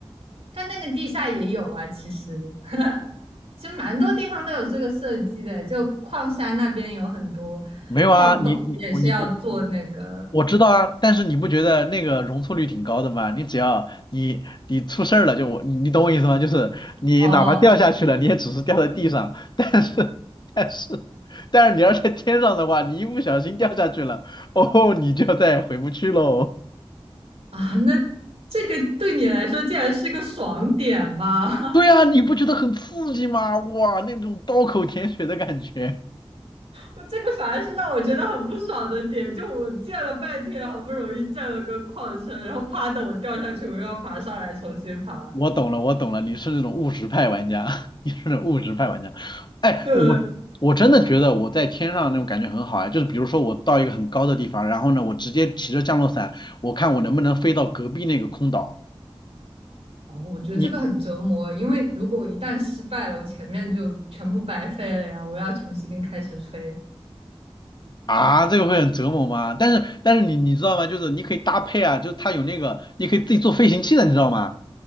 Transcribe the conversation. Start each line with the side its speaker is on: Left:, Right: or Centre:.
Right: 但那个地下也有啊，其实 <laughs> 其实蛮多地方都有这个设计的，就矿山那边有很多矿洞也是要做那个
Left: 没有啊，你你我你我我知道啊，但是你不觉得那个容错率挺高的吗？你只要你你出事儿了，就我你你懂我意思吗？就是你哪怕掉下去了，
Right: 哦
Left: 你也只是掉在地上，<laughs> 但是但是但是你要在天上的话，你一不小心掉下去了，哦，你就再也回不去喽。
Right: 啊，那这个对你来说竟然是个爽点吗？<laughs>
Left: 对呀，你不觉得很刺激吗？哇，那种刀口舔血的感觉。
Right: 我这个反而是让我觉得很不爽的点，就我建了半天，好不容易建了个矿车，然后啪的我掉下去，我又要爬上来重新爬，
Left: 我懂了，我懂了，你是那种务实派玩家，<laughs> 你是那种务实派玩家。哎，
Right: <laughs> 对。
Left: 我我真的觉得我在天上那种感觉很好啊，就是比如说我到一个很高的地方，然后呢，我直接骑着降落伞，我看我能不能飞到隔壁那个空岛。
Right: 哦，我觉得这个很折磨，
Left: 你
Right: 因为如果我一旦失败了，我前面就全部白费了呀，我要重新开始飞。
Left: 啊，这个会很折磨吗？但是但是你你知道吗？就是你可以搭配啊，就是它有那个，你可以自己做飞行器的，你知道吗？